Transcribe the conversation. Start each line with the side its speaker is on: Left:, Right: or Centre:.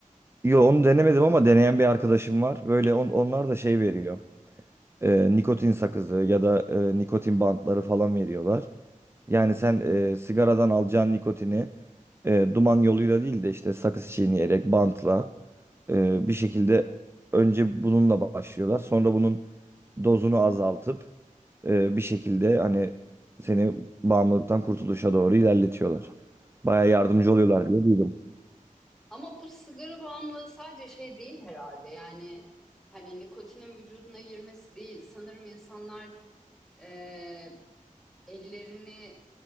Right: Yo onu denemedim ama deneyen bir arkadaşım var. Böyle on, onlar da şey veriyor. Ee, nikotin sakızı ya da e, nikotin bantları falan veriyorlar. Yani sen e, sigaradan alacağın nikotini e, duman yoluyla değil de işte sakız çiğneyerek, bantla e, bir şekilde önce bununla başlıyorlar. Sonra bunun dozunu azaltıp e, bir şekilde hani seni bağımlılıktan kurtuluşa doğru ilerletiyorlar. Baya yardımcı oluyorlar diye duydum.
Centre: Ama bu sigara bağımlılığı sadece şey değil herhalde. Yani hani nikotinin vücuduna girmesi değil. Sanırım insanlar eee, ellerini